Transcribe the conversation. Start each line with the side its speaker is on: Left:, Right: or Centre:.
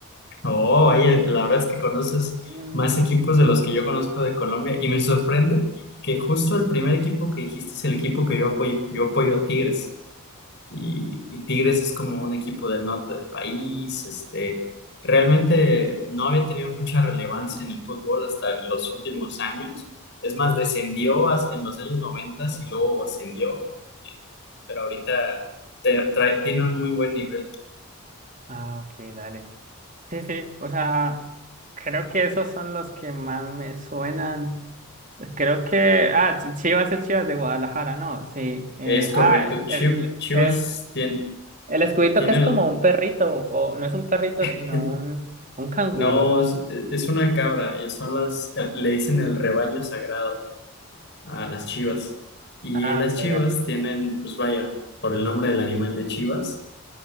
Left: Oh, oye, la verdad es que conoces
Right: mm,
Left: más equipos de los que yo conozco de Colombia y me sorprende que justo el primer equipo que dijiste es el equipo que yo apoyo. Yo apoyo a Tigres. y, y Tigres es como un equipo del norte del país, este, realmente no había tenido mucha relevancia en el fútbol hasta los últimos años. Es más, descendió as- en los años 90 y luego ascendió, pero ahorita te- trae- tiene un muy buen nivel.
Right: Ah, ok, dale. Sí, sí, o sea, creo que esos son los que más me suenan. Creo que, ah, Ch- Chivas es Chivas de Guadalajara, ¿no? Sí. eh,
Left: Es correcto.
Right: ah,
Left: Chi-
Right: el,
Left: Chivas
Right: el,
Left: tiene,
Right: el escudito
Left: tiene
Right: que es
Left: el...
Right: como un perrito, o no es un perrito, sino
Left: <laughs>
Right: un, un canguro.
Left: No, es, es una cabra, y son las, le dicen el rebaño sagrado. a las chivas. Y
Right: Ah,
Left: las
Right: ok,
Left: chivas
Right: dale.
Left: tienen, pues vaya, por el nombre del animal de chivas,